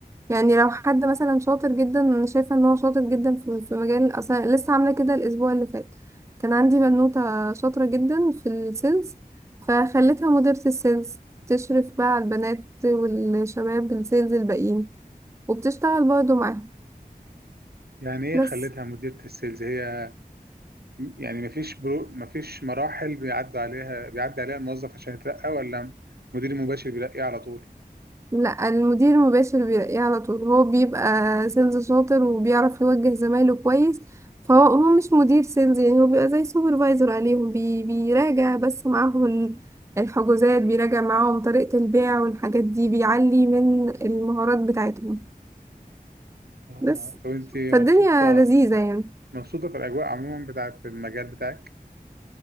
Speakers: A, on the right; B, on the right.
A: يعني لو حد مثلا شاطر جدا انا شايفه ان هو شاطر جدا في في مجال اصلا لسه عامله كده الاسبوع اللي فات كان عندي بنوته شاطره جدا في السيلز فخليتها مديره السيلز تشرف بقى على البنات والشباب السيلز الباقيين وبتشتغل برضه معاهم
B: يعني ايه
A: بس
B: خلتها مديرة السيلز هي يعني مفيش برو مفيش مراحل بيعدوا عليها بيعدي عليها الموظف عشان يترقى ولا مدير مباشر بيلاقيه على طول
A: لا المدير المباشر بيلاقيه على طول هو بيبقى سيلز شاطر وبيعرف يوجه زمايله كويس فهو هو مش مدير سيلز يعني هو بيبقى زي سوبرفايزر عليهم بي بيراجع بس معاهم ال- الحجوزات بيراجع معاهم طريقة البيع والحاجات دي بيعلي من المهارات بتاعتهم
B: آه، آه.
A: بس
B: طب انت مبسوطة
A: فالدنيا لذيذة
B: آه،
A: يعني
B: مبسوطة في الأجواء عموما بتاعة المجال بتاعك